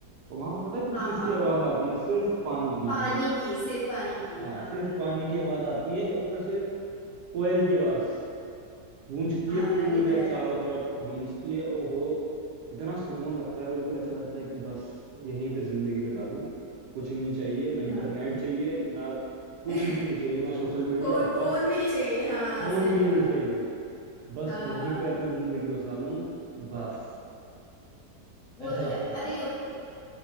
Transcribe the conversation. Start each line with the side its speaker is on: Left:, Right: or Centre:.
Right: और वहाँ पे पता है किस
Left: हाँ
Right: चीज़
Left: हाँ
Right: की
Left: हाँ
Right: आवाज़ आती है सिर्फ पानी की
Left: पानी
Right: झरन
Left: की सिर्फ पानी की
Right: हाँ
Left: हाँ
Right: सिर्फ पानी की आवाज़ आती है ऊपर से कोयल की आवाज़ गूंजती
Left: हाँ
Right: है पूरे
Left: ये तो है
Right: चारों तरफ गूंजती है ओहो इतना सुकून लगता है बिल्कुल ऐसा लगता है कि बस यहीं पे जिंदगी बिता लूं कुछ नहीं चाहिए ना इंटरनेट
Left: हाँ
Right: चाहिए ना कुछ
Left: <laughs>
Right: भी नहीं चाहिए ना सोशल मीडिया
Left: फोन
Right: बस
Left: फोन भी नहीं चाहिए हाँ
Right: फोन
Left: सही
Right: भी
Left: कहा
Right: नहीं चाहिए बस
Left: हाँ
Right: वहीं पे अपनी जिंदगी बसा लूं बस
Left: वो
Right: ऐसा
Left: तो
Right: लगता
Left: है
Right: है
Left: अरे अच्छा